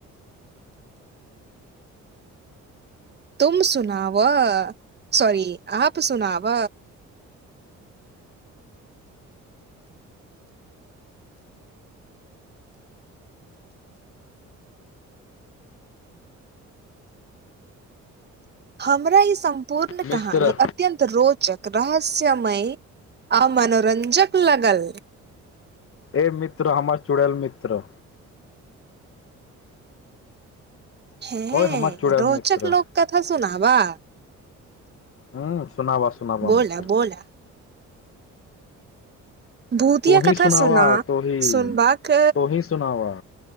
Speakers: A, on the right; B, on the left.
A: तुम सुनाव सॉरी आप सुनाव हमरा ई सम्पूर्ण
B: मित्र
A: कहानी अत्यन्त रोच रोचक रहस्यमय आ मनोरंजक लागल
B: ए मित्र हमर चुड़ैल मित्र
A: हँ
B: ओय हमर चुड़ैल
A: रोचक
B: मित्र
A: लोक कथा सुना बा
B: ह सुनावा सुनावा
A: बोला
B: मित्र
A: बोला भूतिया
B: तोहि
A: कथा
B: सुनावा
A: सुना
B: तोहि
A: सुनबाक
B: तोहि सुनावा